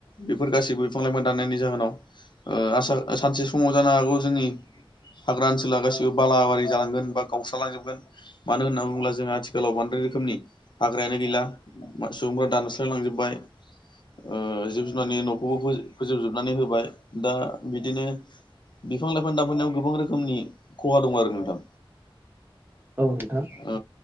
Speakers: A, on the left (about 55°); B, on the right (about 20°).
A: बेफोर गाैबो बिफां लाइफां दाननायनि जाहोनाव ओ आसा सानसे समाव जानो हागौ जोंनि हाग्रा ओनसोला गाैबो बालाबारि जालांगोन बा गावस्र लांजोबगोन मानो होनना बुङोब्ला जोंहा आथिखालाव बांद्राय रोखोमनि हाग्रायानो गैला सुबुंफोरा दानस्र्लाय लांजोब्बाय। ओ जिब जुनारनि न'खौबो फोजोबजोबनानै होबाय दा बिदिनो बिफां लाइफां दाफोनायाव गोबां रोखोमनि खहा दं आरो नोंथां
B: औ नोंथां औ।
A: ओ